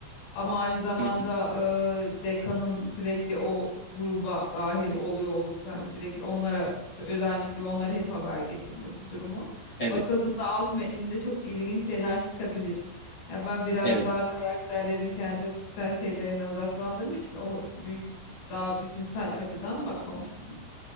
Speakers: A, on the left (about 80°); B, on the left (about 20°).
A: Ama aynı zamanda
B: hı hı.
A: e, dekanın sürekli o gruba dahil oluyor olup hani sürekli onlara ço- özelmiş gibi onlara hep haber getirmesi durumu.
B: Evet,
A: Bakıldığında alt metninde çok ilginç şeyler çıkabilir. Ya ben biraz
B: evet.
A: daha karakterlerin kendi o kişisel şeylerine odaklandığım için o büyük daha bütünsel açıdan bakmamıştım hiç.